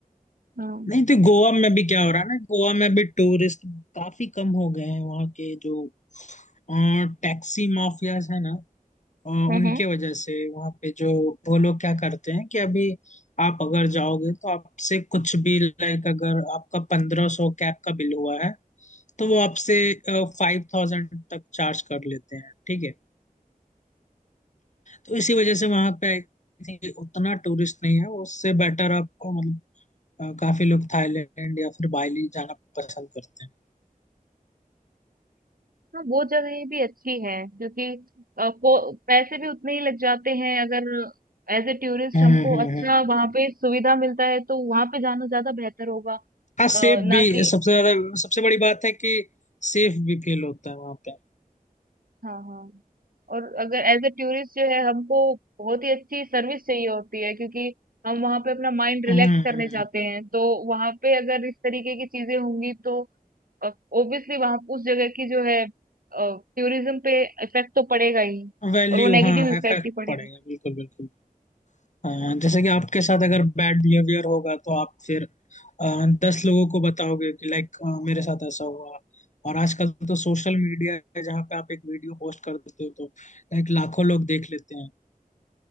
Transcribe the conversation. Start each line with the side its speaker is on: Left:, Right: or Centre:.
Right: हाँ।
Left: नहीं तो गोवा में भी क्या हो रहा है ना गोवा में भी टूरिस्ट काफी कम हो गए हैं वहाँ के जो टैक्सी माफियाज है ना अ, उनके
Right: हम्म
Left: वजह से वहाँ पे जो वो लोग क्या करते हैं कि अभी आप अगर जाओगे तो आपसे कुछ भी लाइक अगर आपका पंद्रह सौ कैब का बिल हुआ है तो वो आपसे फाइव थाउजेंड तक चार्ज कर लेते हैं ठीक है तो इसी वजह से वहाँ पे आई थिंक उतना टूरिस्ट नहीं है उससे बेटर आपको मतलब अ, काफी लोग थाईलैंड या फिर बाली जाना पसंद करते हैं
Right: हाँ वो जगह भी अच्छी है क्योंकि अ, को पैसे भी उतने ही लग जाते हैं अगर एज ए टूरिस्ट
Left: हम्म
Right: हमको
Left: हम्म
Right: अच्छा
Left: हम्म।
Right: वहाँ पे सुविधा मिलता है तो वहाँ पे जाना ज्यादा बेहतर होगा
Left: हाँ सेफ
Right: अ, ना
Left: भी
Right: कि
Left: सबसे ज्यादा सबसे बड़ी बात है कि सेफ भी फील होता है वहाँ पे
Right: हाँ हाँ और अगर एज ए टूरिस्ट जो है हमको बहुत ही अच्छी सर्विस चाहिए होती है क्योंकि हम वहाँ पे अपना माइंड रिलैक्स
Left: हम्म
Right: करने
Left: हम्म।
Right: जाते हैं तो वहाँ पे अगर इस तरीके की चीजें होंगी तो ऑब्वियसली वहाँ उस जगह की जो है टूरिज्म पे इफेक्ट तो पड़ेगा ही
Left: वैल्यू
Right: और वो नेगेटिव
Left: हाँ
Right: इफेक्ट
Left: इफेक्ट
Right: ही पड़ेगा
Left: पड़ेगा बिल्कुल बिल्कुल हाँ जैसे कि आपके साथ अगर बैड बिहेवियर होगा तो आप फिर अ, दस लोगों को बताओगे कि लाइक मेरे साथ ऐसा हुआ और आजकल तो सोशल मीडिया है जहाँ पे आप एक वीडियो पोस्ट कर देते हो तो लाइक लाखों लोग देख लेते हैं